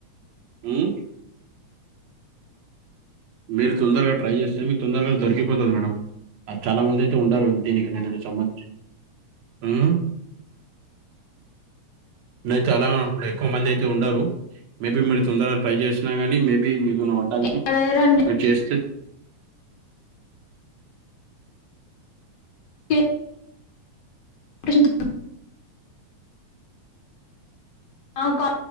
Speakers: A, on the right; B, on the left.
A: ఉమ్ మీరు తొందరగా ట్రై చేస్తే మీక్ తొందరగా దొరికిపోతది మేడం. ఆ చాలా మంది అయితే ఉంటారు దీనికి నేనిదే సంబంధించి ఉమ్ నే చాలానే అనుకుంటా ఎక్కువ మంది అయితే ఉండరూ మేబీ మీరు తొందర ట్రై చేసినా గానీ మేబీ యునో వడ్డాగినీ
B: ఇక్కడ లేరండి.
A: మీరు చేస్తే
B: ఏ ప్రశ్నిద్ ఆ ఒకా